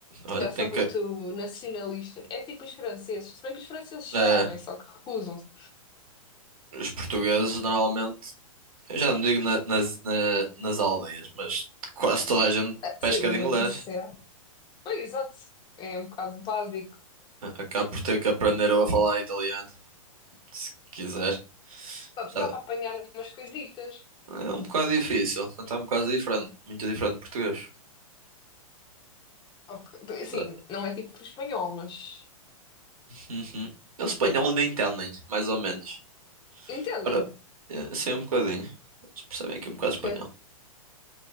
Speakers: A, on the left; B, on the right.
A: Se
B: Olha,
A: calhar
B: tem
A: são
B: que,
A: muito nacionalistas. É tipo os franceses. Se bem que os franceses sabem,
B: É,
A: só que recusam-se.
B: os portugueses normalmente, eu já não digo na- nas, na- nas aldeias, mas quase toda a gente
A: Ah,
B: pesca
A: sim,
B: de
A: mas
B: inglês.
A: isso é. Pois, exato. É um bocado básico.
B: Acaba por ter que aprender a falar italiano, se quiser. Sabe,
A: Dá para apanhar umas coisitas.
B: É um bocado difícil, então é um bocado diferente, muito diferente de português.
A: Ok. Sim,
B: Sabe?
A: não é tipo espanhol, mas.
B: Uhum. Eles espanhol nem entendem, mais ou menos.
A: Entendem?
B: Ora, é, sim, um bocadinho. Eles percebem aqui um bocado
A: Ok.
B: espanhol.